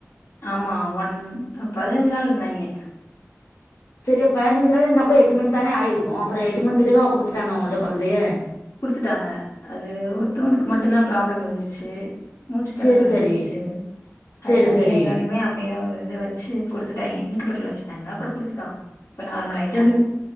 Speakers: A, on the left; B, on the left.
A: ஆமா ஒன் பதினஞ்சு நாள் இருந்தாங்கே
B: செரி பதினஞ்சு நாள் இருந்தா கூட எட்டு மன்த்து தானே ஆயிருக்கு அப்றோ எட்டு மன்த்லேவா குடுத்துடாங்க உங்க கிட்ட கொழந்தைய
A: குடுத்துட்டாங்க அது ஒருத்தவனுக்கு மட்டும்தா ப்ராப்ளம் இருந்துச்சு மூச்சு
B: சேரி
A: தெணறல்
B: சேரி
A: இரின்ந்துச்சு அது
B: சேரி
A: செரியாருனுமே
B: சேரி
A: அப்டியே இது வச்சு குடுத்துட்டாங்கே இங்க்குபெட்டர்ல வெச்சிருந்தாங்க அப்றோ குடுத்துட்டா இப்ப நார்மலா
B: ரெண்